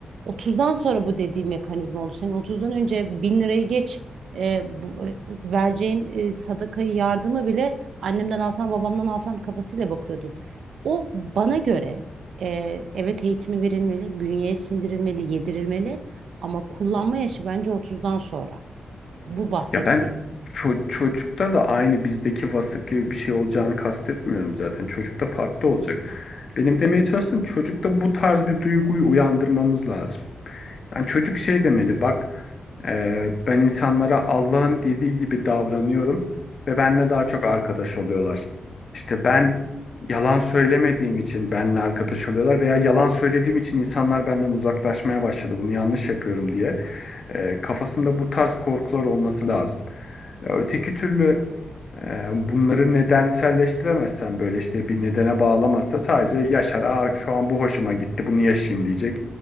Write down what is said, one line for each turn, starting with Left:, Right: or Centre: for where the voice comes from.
Right: 30'dan sonra bu dediğim mekanizma oldu. Senin 30'dan önce 1000 lirayı geç e, bu, vereceğin e, sadakayı yardımı bile annemden alsam babamdan alsam kafasıyla bakıyordun. O bana göre e, evet eğitimi verilmeli, bünyeye sindirilmeli, yedirilmeli ama kullanma yaşı bence 30'dan sonra. Bu bahsettiğim
Left: Ya ben ço- çocukta da aynı bizdeki vasıf gibi bir şey olacağını kastetmiyorum zaten. Çocukta farklı olacak. Benim demeye çalıştığım çocukta bu tarz bir duyguyu uyandırmamız lazım. Yani çocuk şey demeli bak e, ben insanlara Allah'ın dediği gibi davranıyorum ve benimle daha çok arkadaş oluyorlar. İşte ben yalan söylemediğim için benimle arkadaş oluyorlar veya yalan söylediğim için insanlar benden uzaklaşmaya başladı. Bunu yanlış yapıyorum diye. E, kafasında bu tarz korkular olması lazım. E, öteki türlü e, bunları nedenselleştiremezsen böyle işte bir nedene bağlamazsa sadece yaşar. Aa, şu an bu hoşuma gitti bunu yaşayayım diyecek.